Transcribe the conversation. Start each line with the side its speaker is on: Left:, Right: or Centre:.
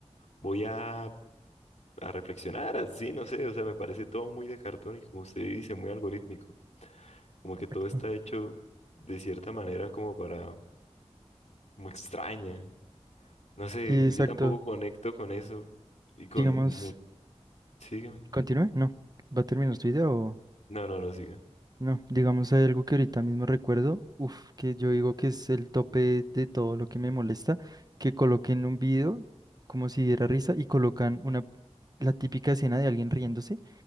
Left: voy a, a reflexionar así, no sé, o sea, me parece todo muy de cartón y como usted dice, muy algorítmico, como que
Right: Exacto.
Left: todo está hecho de cierta manera como para, como extraña. No sé,
Right: Sí, Exacto.
Left: yo tampoco conecto con eso y con...
Right: Digamos,
Left: mu- Sígame.
Right: continúe. No. ¿Va a terminar su idea o...?
Left: No, no, no siga.
Right: No, digamos, hay algo que ahorita mismo recuerdo, uf, que yo digo que es el tope de todo lo que me molesta, que coloquen un video como si diera risa y colocan una, la típica escena de alguien riéndose